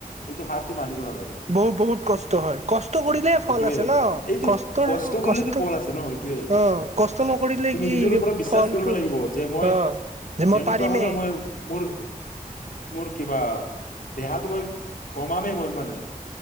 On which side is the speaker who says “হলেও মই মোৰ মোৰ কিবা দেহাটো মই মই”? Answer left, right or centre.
Left